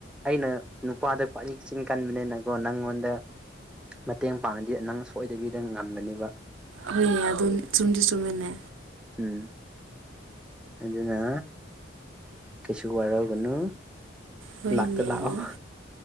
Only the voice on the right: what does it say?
ꯍꯣꯏꯅꯦ ꯑꯗꯨꯅꯤ ꯆꯨꯝꯗꯤ ꯆꯨꯝꯃꯤꯅꯦ
ꯍꯣꯏꯅꯦ